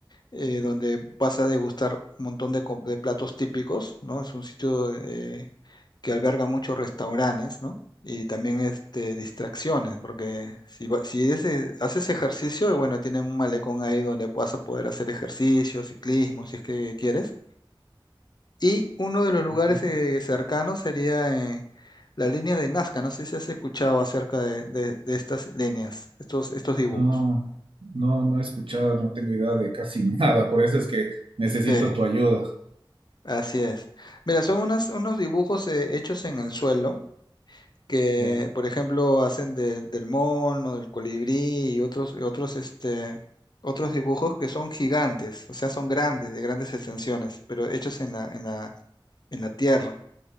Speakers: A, on the left (about 55°); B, on the right (about 80°).
A: eh, donde vas a degustar un montón de, co- de platos típicos, ¿no? Es un sitio eh, que alberga muchos restaurantes, ¿no? Y también este, distracciones, porque si, va- si ese- haces ejercicio, bueno, tienen un malecón ahí donde vas a poder hacer ejercicio, ciclismo, si es que quieres y uno de los lugares
B: Ya.
A: eh, cercanos sería eh, la línea de Nazca. No sé si has escuchado acerca de, de- de estas líneas, estos, estos dibujos.
B: No, no, no he escuchado, no tengo idea de casi <laughs> nada, por eso es que necesito
A: Sí,
B: tu ayuda.
A: así es. Mira, son unas- unos dibujos eh, hechos en el suelo que,
B: Ya,
A: por ejemplo, hacen de- del mono, del colibrí y otros, y otros, este, otros dibujos que son gigantes, o sea, son grandes, de grandes extensiones, pero hechos en la, en la, en la tierra.